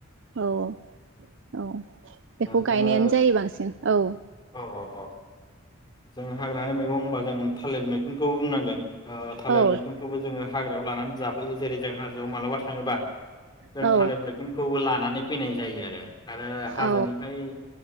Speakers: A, on the right; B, on the left.
A: औ औ औ बेखौ
B: जोङो
A: गायनायानो जायो बांसिन। औ
B: औ औ औ जों हाग्रानि मैगं होनबा जों थालिर मैगंखौ बुंनांगोन। थालिर
A: औ
B: मैखुनखौबो जोङो हाग्रायाव लानानै जाफैयो जेरै जोंहा मालाबा थाङोबा जों
A: औ
B: थालिरर मैखुनखौबो लानानै फैनाय जायो आरो आरो हाजोनिफ्राय
A: औ